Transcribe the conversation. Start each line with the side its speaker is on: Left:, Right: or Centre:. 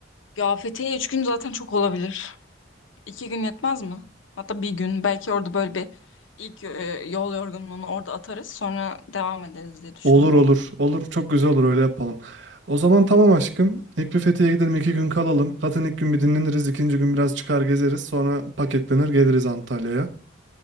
Left: Ya Fethiye üç gün zaten çok olabilir. İki gün yetmez mi? Hatta bir gün. Belki orada böyle bir ilk e, yol yorgunluğunu orada atarız. Sonra devam ederiz diye düşündüm.
Right: Olur olur. Olur. Çok güzel olur öyle yapalım. O zaman tamam aşkım. İlk bir Fethiye'ye gidelim. iki gün kalalım. Zaten ilk gün bir dinleniriz. ikinci gün biraz çıkar gezeriz. Sonra paketlenir geliriz Antalya'ya.